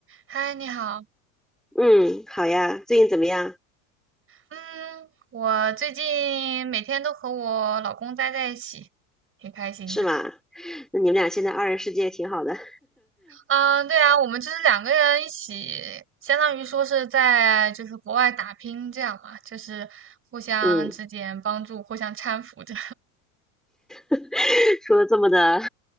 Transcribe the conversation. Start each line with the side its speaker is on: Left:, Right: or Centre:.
Right: 嗨，你好。
Centre: 嗯，好呀，最近怎么样？
Right: 嗯，我最近每天都和我老公待在一起，挺开心的。
Centre: 是吗？那你们俩现在二人世界挺好的。
Right: 嗯，对啊，我们就是两个人一起，相当于说是在就是国外打拼这样嘛，就是互相之间帮助，
Centre: 嗯，
Right: 互相搀扶着
Centre: <laughs> 说的这么的，